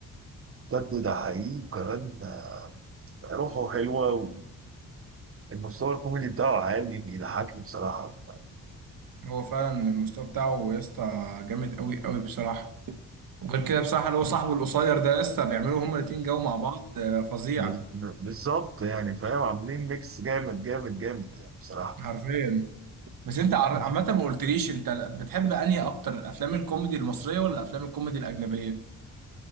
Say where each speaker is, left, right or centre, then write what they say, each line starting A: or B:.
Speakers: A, on the right; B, on the right.
A: بجد ده حقيقي وكمان آه، روحه حلوه والمستوى الكوميدي بتاعه عالي بيضحكني بصراحه
B: هو فعلا المستوى بتاعه يا اسطى جامد قوي قوي بصراحه وغير كده بصراحه اللي هو صاحبه القصير ده يا اسطى بيعملوا هما الاتنين جو مع بعض آه، فظيع
A: بز- ب- بالظبط يعني فاهم عاملين ميكس جامد جامد جامد يعني بصراحة
B: حرفيا بس انت عر- عامه ما قلتليش انت بتحب انهي اكتر الافلام الكوميدي المصريه ولا الافلام الكوميدي الاجنبيه